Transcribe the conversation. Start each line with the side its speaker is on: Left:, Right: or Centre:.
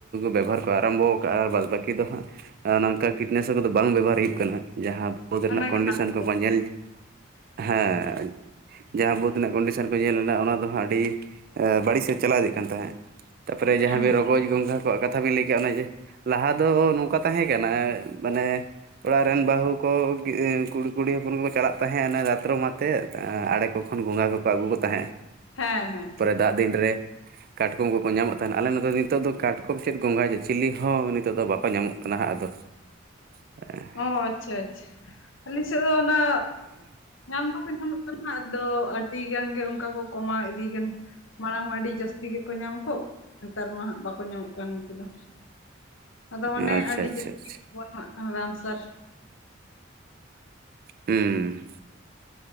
Right: ᱵᱮᱵᱚᱦᱟᱨ ᱠᱚ ᱟᱨᱟᱢᱵᱚ ᱠᱟᱜᱼᱟ᱾ᱟᱨ ᱵᱟᱫᱽ ᱵᱟᱹᱠᱤ ᱫᱚ ᱦᱟᱸᱜ <unintelligible> ᱱᱚᱝᱠᱟ ᱠᱤᱴᱱᱟᱥᱚᱠ ᱵᱮᱵᱚᱦᱟᱨ ᱦᱩᱭᱩᱜ ᱠᱟᱱᱟ ᱡᱟᱦᱟᱸ ᱵᱳᱫᱽ ᱨᱮᱱᱟᱜ
Left: ᱚᱱᱟᱜᱮ
Right: ᱠᱚᱱᱰᱤᱥᱚᱱ
Left: ᱱᱟᱯᱟᱭ
Right: ᱠᱚᱠᱚ ᱧᱮᱞ ᱦᱮᱸ ᱡᱟᱦᱟᱸ ᱵᱳᱫᱽ ᱤᱱᱟᱹᱜ ᱠᱚᱱᱰᱤᱥᱮᱱ ᱠᱚ ᱧᱮᱞᱱᱟ ᱚᱱᱟ ᱫᱚ ᱦᱟᱸᱜ ᱟᱹᱰᱤ ᱵᱟᱹᱲᱤᱡ ᱥᱮᱫ ᱪᱟᱞᱟᱣ ᱤᱫᱤᱜ ᱠᱟᱱ ᱛᱟᱦᱮᱸᱜ᱾ ᱛᱟᱨᱯᱚᱨᱮ ᱡᱟᱦᱟᱸ
Left: ᱦᱮᱸ
Right: ᱵᱮ ᱨᱚᱜᱚᱡᱽ ᱜᱚᱝᱜᱷᱟ ᱠᱚ ᱠᱟᱛ ᱠᱟᱛᱷᱟ ᱵᱤᱱ ᱞᱟᱹᱭ ᱠᱮᱭᱟ ᱚᱱᱟ ᱡᱮ, ᱞᱟᱦᱟ ᱫᱚ ᱱᱚᱝᱠᱟ ᱛᱟᱦᱮᱸ ᱠᱟᱱᱟ ᱢᱟᱱᱮ ᱚᱲᱟᱜ ᱨᱮᱱ ᱵᱟᱹᱦᱩ ᱠᱚ ᱠᱚᱲᱤ ᱠᱩᱲᱤ ᱦᱚᱯᱚᱱ ᱠᱚᱠᱚ ᱪᱟᱞᱟᱜ ᱛᱟᱦᱮᱸᱫ ᱫᱛᱟᱛᱨᱚᱢ ᱟᱛ ᱛᱮᱫ ᱟᱲᱮ ᱠᱚ ᱛᱚᱠᱷᱚᱱ ᱜᱚᱝᱜᱷᱟ ᱠᱚᱠᱚ ᱟᱹᱜᱩ ᱠᱚ ᱛᱟᱦᱮᱸᱜᱼᱟ᱾
Left: ᱦᱮᱸ ᱦᱮᱸ᱾
Right: ᱫᱟᱜ ᱫᱤᱱ ᱨᱮ ᱠᱟᱴᱠᱚᱢ ᱠᱚᱠᱚ ᱧᱟᱢᱚᱜ ᱛᱟᱦᱮᱱᱟ ᱟᱞᱮ ᱱᱚᱛᱮ ᱫᱚ ᱱᱤᱛᱚᱜ ᱫᱚ ᱠᱟᱴᱠᱚᱢ ᱪᱮᱫ ᱜᱚᱝᱜᱷᱟ ᱪᱤᱞᱤ ᱦᱚᱸ ᱱᱤᱛᱚᱜ ᱫᱚ ᱵᱟᱠᱚ ᱧᱟᱢᱚᱜ ᱠᱟᱱᱟ ᱦᱟᱸᱜ ᱟᱫᱚ <unintelligible>
Left: ᱚ ᱟᱪᱪᱷᱟ ᱟᱪᱪᱷᱟ ᱟᱹᱞᱤ ᱥᱮᱫ ᱫᱚ ᱚᱱᱟ ᱧᱟᱢ ᱫᱚᱠᱚ ᱧᱟᱢᱚᱜ ᱠᱟᱱᱟ ᱟᱫᱚ ᱟᱹᱰᱤ ᱜᱟᱱ ᱜᱮ ᱚᱱᱠᱟ ᱠᱚ ᱠᱚᱢᱟᱣ ᱤᱫᱤᱭ ᱠᱟᱱᱟ᱾ ᱢᱟᱲᱟᱝ ᱢᱟ ᱟᱹᱰᱤ ᱡᱟᱹᱥᱛᱤ ᱜᱮᱠᱚ ᱧᱟᱢ ᱠᱚᱜ ᱱᱮᱛᱟᱨ ᱢᱟ ᱦᱟᱸᱜ ᱵᱟᱠᱚ ᱧᱟᱢᱚᱜ ᱠᱟᱱ ᱩᱱᱠᱩ ᱫᱚ᱾ ᱟᱫᱚ
Right: ᱟᱪᱪᱷᱟ
Left: ᱚᱱᱮ ᱟᱹᱰᱤ
Right: ᱟᱪᱪᱷᱟ
Left: ᱡᱟᱹᱥᱛᱤ
Right: ᱟᱪᱪᱷᱟ
Left: ᱜᱮ ᱵᱚᱱ ᱮᱢᱟᱜ ᱠᱟᱱᱟ ᱨᱟᱱ ᱥᱟᱨ᱾
Right: ᱦᱩᱸ